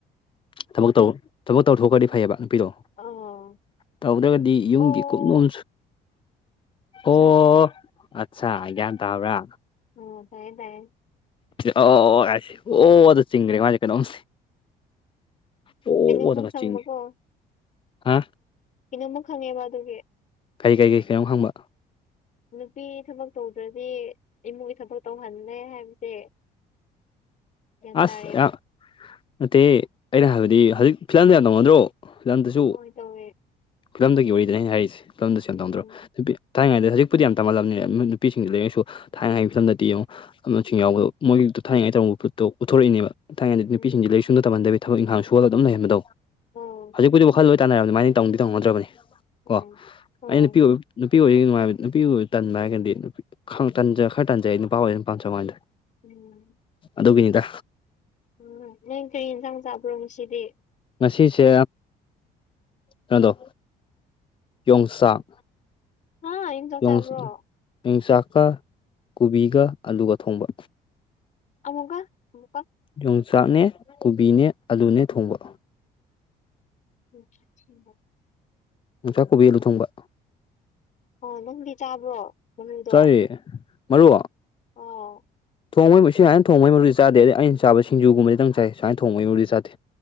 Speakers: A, on the left (about 30°); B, on the left (about 50°).
A: ꯊꯕꯛ ꯇꯧ ꯊꯕꯛ ꯇꯧꯊꯣꯛꯈ꯭ꯔꯗꯤ ꯐꯩꯌꯦꯕ ꯥꯅꯨꯄꯤꯗꯣ
B: ꯑꯣ
A: ꯇꯧꯗ꯭ꯔꯒꯗꯤ ꯌꯨꯝꯒꯤ
B: ꯑꯣ
A: ꯀꯨꯞꯅꯣꯝ
B: ꯑꯆꯥ
A: ꯑꯣ ꯑꯠꯆꯥ ꯒꯤꯌꯥꯟ ꯇꯥꯕ꯭ꯔ
B: ꯑꯣ ꯇꯥꯏꯌꯦ ꯇꯥꯏꯌꯦ
A: ꯑꯣ ꯀꯥꯏ ꯑꯣ ꯗꯣ ꯆꯤꯡꯈ꯭ꯔꯦ ꯃꯥꯁꯦ ꯀꯩꯅꯣꯝꯁꯦ ꯑꯣ
B: ꯀꯩꯅꯣꯝꯃ
A: ꯅꯒ
B: ꯈꯪꯕꯀꯣ
A: ꯆꯤꯡꯒꯤ ꯍꯥ
B: ꯀꯩꯅꯣꯝꯃ ꯈꯪꯉꯦꯕ ꯑꯗꯨꯒꯤ
A: ꯀꯔꯤ ꯀꯔꯤ ꯀꯔꯤꯒꯤ ꯀꯩꯅꯣꯝ ꯍꯪꯕ
B: ꯅꯨꯄꯤ ꯊꯕꯛ ꯇꯧꯗ꯭ꯔꯗꯤ ꯏꯃꯨꯡꯒꯤ ꯊꯕꯛ ꯇꯧꯍꯜꯂꯦ ꯍꯥꯏꯕꯁꯦ ꯒ꯭ꯌꯥꯟ
A: ꯑꯁ
B: ꯇꯥꯔꯦꯕ
A: ꯌꯥꯝ ꯅꯠꯇꯦ ꯑꯩꯅ ꯍꯥꯏꯕꯗꯤ ꯍꯧꯖꯤꯛ ꯐꯤꯂꯝꯗ ꯌꯥꯝ ꯇꯧꯅꯗ꯭ꯔꯣ ꯐꯤꯂꯝꯗꯁꯨ
B: ꯍꯣꯏ ꯇꯧꯋꯦ
A: ꯂꯝꯗꯒꯤ ꯑꯣꯏꯗ꯭ꯔꯦꯅꯦ ꯍꯥꯏꯔꯤꯁꯦ ꯐꯤꯂꯝꯗꯁꯨ ꯌꯥꯝ
B: ꯎꯝ
A: ꯇꯧꯅꯗ꯭ꯔꯣ ꯅꯨꯄꯤ ꯊꯥꯏꯅꯉꯩꯗ ꯍꯧꯖꯤꯛꯄꯨꯗꯤ ꯌꯥꯝ ꯇꯝꯍꯜꯂꯝꯅꯤꯕ ꯅꯨꯄꯤꯁꯤꯡꯗ ꯂꯥꯏꯔꯤꯛ ꯂꯥꯏꯁꯨ ꯊꯥꯏꯅꯉꯩꯒꯤ ꯐꯤꯂꯝꯗꯗꯤ ꯌꯦꯡꯉꯣ ꯑꯗꯨ ꯌꯥꯎꯕ ꯃꯣꯏꯒꯤꯗꯣ ꯊꯥꯅꯤꯡꯉꯩ ꯇꯝꯃꯛꯄ ꯇꯣ ꯎꯊꯣꯔꯛꯏꯅꯦꯕ ꯊꯥꯏꯅꯉꯩꯗꯗꯤ
B: ꯎꯝ
A: ꯅꯨꯄꯤꯁꯤꯡ ꯂꯥꯏꯔꯤꯛꯁꯨ ꯑꯃꯇ ꯇꯝꯍꯟꯗꯕꯤ ꯊꯕꯛ ꯏꯪꯈꯥꯡ ꯁꯨꯍꯜꯂ ꯑꯗꯨꯝ ꯂꯩꯍꯟꯕꯗꯣ
B: ꯎꯝ
A: ꯍꯧꯖꯤꯛꯄꯨꯗꯤ ꯋꯥꯈꯜ ꯂꯣꯏ ꯇꯥꯟꯅꯔꯕꯅꯦ ꯑꯗꯨꯃꯥꯏꯅ ꯇꯧꯗꯤ ꯇꯧꯅꯗ꯭ꯔꯕꯅꯤ
B: ꯎꯝ
A: ꯀꯣ
B: ꯎꯝ
A: ꯑꯩꯅ ꯅꯨꯄꯤ ꯑꯣꯏꯕ ꯅꯨꯄꯤ ꯑꯣꯏ ꯅꯨꯡꯉꯥꯏꯕ ꯅꯨꯄꯤ ꯑꯣꯏ ꯇꯟꯕ ꯍꯥꯏꯔꯒꯗꯤ ꯅꯨꯄꯤ ꯈꯟ ꯈꯔ ꯇꯟꯖꯩ ꯅꯨꯄꯥ ꯑꯣꯏꯅ ꯄꯝꯖ ꯋꯥꯅꯤꯗ
B: ꯎꯝ
A: ꯑꯗꯨꯒꯤꯅꯤꯗ
B: ꯎꯝ ꯅꯪ ꯀꯔꯤ ꯌꯦꯟꯁꯥꯡ ꯆꯥꯕ꯭ꯔꯣ ꯉꯁꯤꯗꯤ
A: ꯉꯁꯤꯁꯦ ꯀꯩꯅꯣꯗꯣ ꯌꯣꯡꯆꯥꯛ
B: ꯍꯥ ꯌꯦꯟꯁꯥꯡ
A: ꯌꯣꯡ
B: ꯆꯥꯕ꯭ꯔꯣ
A: ꯃꯣꯡꯆꯥꯛꯀ ꯀꯣꯕꯤꯒ ꯑꯂꯨꯒ ꯊꯣꯡꯕ
B: ꯑꯃꯨꯛꯀ ꯑꯃꯨꯛꯀ
A: ꯌꯣꯡꯆꯥꯛꯅꯦ ꯀꯣꯕꯤꯅꯦ ꯑꯂꯨꯅꯦ ꯊꯣꯡꯕꯣ
B: ꯎꯝ <unintelligible>
A: ꯥꯌꯣꯡꯆꯥꯛ ꯀꯣꯕꯤ ꯑꯂꯨ ꯊꯣꯡꯕ
B: ꯑꯥ ꯅꯪꯗꯤ ꯆꯥꯕ꯭ꯔꯣ ꯃꯔꯨꯗꯣ
A: ꯆꯥꯏꯌꯦ ꯃꯔꯨ
B: ꯑꯣ
A: ꯊꯣꯡꯕꯩ ꯁꯨꯃꯥꯏꯅ ꯊꯣꯡꯕꯒꯤ ꯃꯔꯨꯗꯤ ꯆꯥꯗꯦ ꯑꯗ ꯑꯩꯅꯥ ꯆꯥꯕꯗꯤ ꯁꯤꯡꯖꯨꯒꯨꯝꯕꯗꯤꯇꯪ ꯆꯥꯏ ꯁꯨꯃꯥꯏꯅ ꯊꯣꯡꯕꯒꯤ ꯃꯔꯨꯗꯤ ꯆꯥꯗꯦ